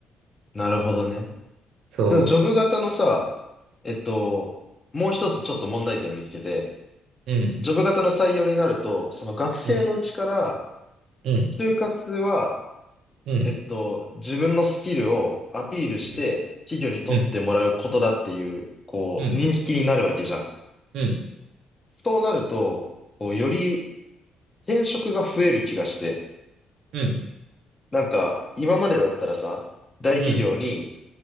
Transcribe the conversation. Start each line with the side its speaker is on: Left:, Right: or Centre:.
Left: なるほどね。
Right: そ
Left: でも、ジョブ型のさ、えっと、もう一つちょっと問題点を見つけて、
Right: う。うん。
Left: ジョブ型の採用になると、その学生のうちから、
Right: うん。うん。
Left: 就活は、
Right: うん。
Left: えっと、自分のスキルをアピールして、
Right: うん。
Left: 企業に取ってもらうことだっていう、
Right: うん。
Left: こう、
Right: うん。
Left: 認識になるわけじゃん。
Right: うん
Left: そうなると、こう、より転職が増える気がして、
Right: うん、
Left: なんか、今までだったらさ、大企業に、
Right: うん、